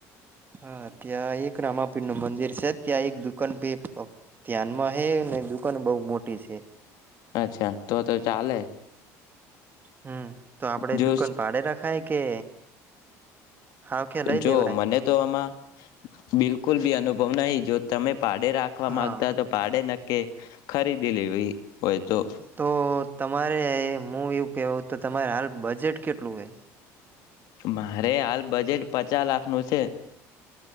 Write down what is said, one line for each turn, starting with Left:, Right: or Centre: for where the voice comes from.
Right: હા ત્યાં એક રામાપીર નું મંદિર છે ત્યાં એક દુકાન ભ ધ્યાનમાં હ ને દુકાન બહુ મોટી છે
Left: અચ્છા તો તો ચાલે
Right: હમ તો આપડે
Left: જો
Right: દુકાન ભાડે રખાય કે હાવખે લઈ
Left: જો
Right: લેવરાય
Left: મને તો આમાં બિલકુલ બી અનુભવ બ નઈ જો તમે ભાડે રાખવા માંગતા
Right: હા
Left: હો તો ભાડે નક્કે ખરીદી લેવી હોય તો
Right: તો તમારે હું એવું કેવું તો તમારે હાલ બજેટ કેટલું હોય
Left: મારે હાલ બજેટ પચાસ લાખ નું છે